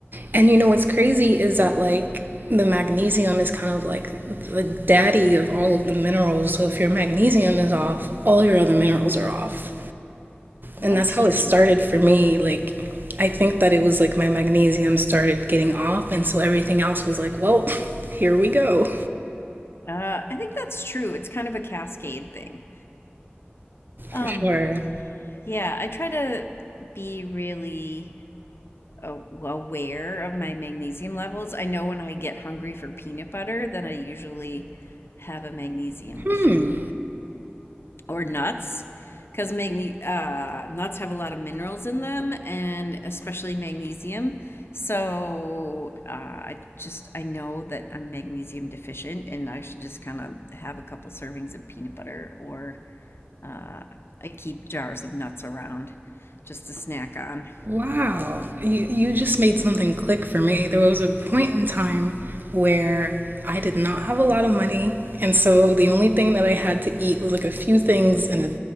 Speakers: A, on the right; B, on the left.
A: And you know what's crazy is that like the magnesium is kind of like the daddy of all of the minerals. So if your magnesium is off, all your other minerals are off.
B: Well,
A: and that's
B: that's
A: how
B: true.
A: it started for me. Like, I think that it was like my magnesium started getting off, and so everything else was like, well, <laughs> here we go,
B: Uh, I think that's true. It's kind of a cascade thing. Um,
A: for sure.
B: yeah, I try to be really a- aware of my magnesium levels. I know when I get hungry for peanut butter, then I usually have a magnesium issue.
A: Hmm.
B: or nuts because magne- uh, nuts have a lot of minerals in them and especially magnesium so uh, i just i know that i'm magnesium deficient and i should just kind of have a couple servings of peanut butter or uh, i keep jars of nuts around just to snack on
A: Wow, you, you just made something click for me. There was a point in time where I did not have a lot of money, and so the only thing that I had to eat was like a few things and a